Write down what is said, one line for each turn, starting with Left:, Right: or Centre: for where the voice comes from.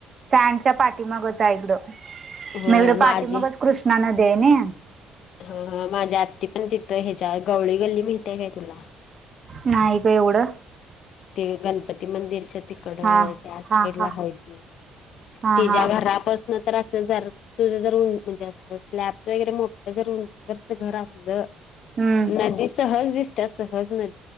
Right: त्यांच्या पाठीमागच आहे इकडं
Left: होय
Right: मग इकडं पाठीमागच
Left: माझी
Right: कृष्णा नदी आहे नये.
Left: ह माझ्या आत्ती पण तिथं ह्याच्या गवळी गल्ली माहिते आहे काय तुला?
Right: नाही गं एवढं.
Left: ते गणपती मंदिरच्या ती कडय
Right: हा
Left: त्या साईडला
Right: हा हा
Left: हाय ती
Right: हा
Left: तिच्या
Right: हा
Left: घरापसनं तर असं जरं तुझं जर म्हणजे असं स्लॅबच वगैरे मोठ जर उंचीवरच घर असलं
Right: हम्म
Left: नदी सहज दिसतं सहज न